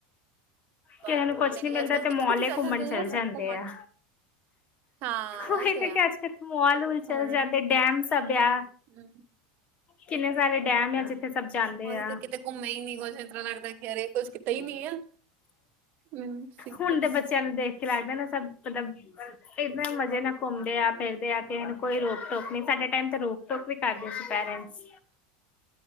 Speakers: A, on the right; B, on the left.
A: ਬਾਤ
B: ਕੈਹੈ ਨੂੰ ਕੁਛ
A: ਕਿਤੇ
B: ਨੀ
A: ਵੀ
B: ਮਿਲਦਾ
A: ਅੱਜ ਕੱਲ
B: ਤੇ
A: ਕਿੱਥੇ
B: ਮੌਲ
A: ਕਿੱਥੇ
B: ਐ
A: ਚੱਲ
B: ਘੁੰਮਨ
A: ਜਾਂਦੇ
B: ਚਲੇ
A: ਆ ਸਭ
B: ਜਾਂਦੇ
A: ਘੁੰਮਣ
B: ਆ।
A: ਹਾਂ
B: ਔਹੀ
A: ਉਹ
B: ਤੇ
A: ਆ
B: ਕਿ ਆਜ- ਕਲ ਮੋਲ -ਉਲ ਚਲ
A: ਸਾੜੜ
B: ਜਾਂਦੇ ਡੈ਼ਮ ਸਭ ਯਾ।
A: ਹੂੰ
B: ਕਿੰਨੇ ਸਾਰੇ ਡੈ਼ਮ ਆ ਜਿੱਥੇ ਸਭ ਜਾਂਦੇ
A: ਉਹੀ
B: ਆ।
A: ਤਾਂ ਕਿਤੇ ਘੁੰਮੇ ਹੀ ਨਹੀਂ ਕੁਛ ਇਸ ਤਰ੍ਹਾਂ ਲੱਗਦਾ ਕਿ ਅਰੇ ਕੁਛ ਕੀਤਾ ਹੀ ਨਹੀਂ ਆ ਮੈਨੂੰ ਸੀ
B: ਹੁਨ ਦੇ ਬੱਚਿਆਂ ਨੂੰ ਦੇਖ ਕੇ ਲਾਗਦਾ ਨਾ ਸਭ ਮਤਲਬ ਇਦ ਨਾ ਮਜ਼ੇ ਨਾ ਕੁਮਦੇ ਆ ਫਿਰਦੇ ਆ ਕਿਹੈ ਨੂ ਕੋਈ ਰੋਕ- ਟੋਕ ਨੀ ਸਾਡੇ਼ ਟਾਈਮ ਤੇ ਰੋਕ ਟੋਕ ਵੀ ਕਰਦੇ ਸੀ ਪੈਰੈਂਟਸ।